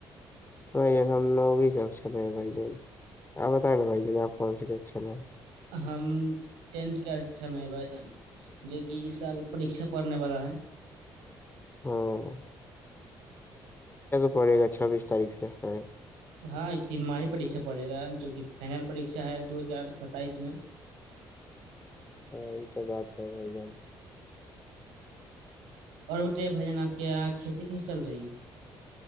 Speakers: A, on the left; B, on the right.
A: بھ جن ہم ن ہوگی کاکم میں ہے بھ جن آپ بتائیں نا بائی جن آپ کون سے کےم ہے
B: ہم ٹینٹ کا اچھا میں بھائی جان جو کہ اس سال پیھا پڑھنے والا ہے
A: ہاں پڑ گا چھبیس تاریخ سے ہ
B: ہاں تین ماہ پریھا پڑے گا جو کہ فائنل پر پریشا ہے دو ہزار ستر س تائیس میں
A: ہاں یہ تو بات ہے بھائی جان
B: اور بتے بھ جان آپ کے یہاں کھیتی کیسی چل رہی ہے